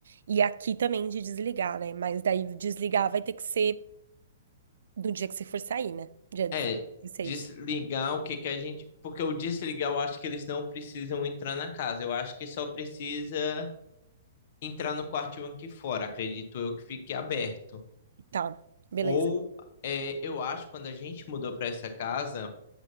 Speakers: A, on the right (about 60°); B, on the left (about 45°).
A: E aqui também de desligar, né? Mas daí desligar vai ter que ser do dia que você for sair, né? Dia
B: É,
A: 16.
B: desligar o que que a gente. Porque o desligar, eu acho que eles não precisam entrar na casa. Eu acho que só precisa entrar no quartinho aqui fora. Acredito eu que fique aberto.
A: Tá. Beleza.
B: Ou, é, eu acho, que quando a gente mudou para essa casa,